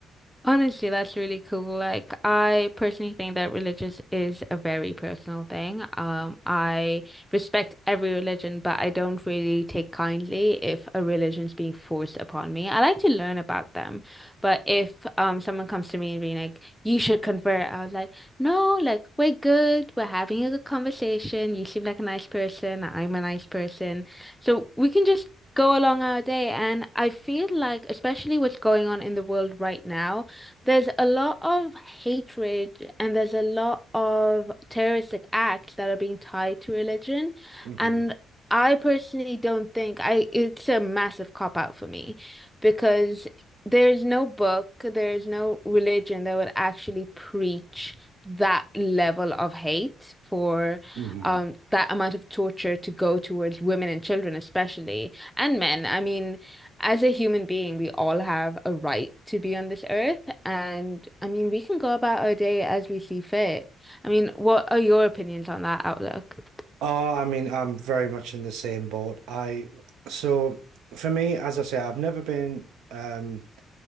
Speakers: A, in the centre; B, on the right.
A: Honestly, that's really cool. Like, I personally think that religious is a very personal thing. Um, I respect every religion, but I don't really take kindly if a religion's being forced upon me. I like to learn about them, but if um someone comes to me and being like, "You should convert," I was like, "No, like we're good. We're having a good conversation. You seem like a nice person. I'm a nice person, so we can just." Go along our day, and I feel like, especially what's going on in the world right now there's a lot of hatred and there's a lot of terroristic acts that are being tied to religion.
B: hmm
A: And I personally don't think I it's a massive cop out for me because there's no book, there's no religion that would actually preach that level of hate for
B: hmm
A: um that amount of torture to go towards women and children especially and men. I mean as a human being, we all have a right to be on this earth. And I mean, we can go about our day as we see fit. I mean, what are your opinions on that outlook?
B: Oh, I mean, I'm very much in the same boat. I so for me, as I say, I've never been um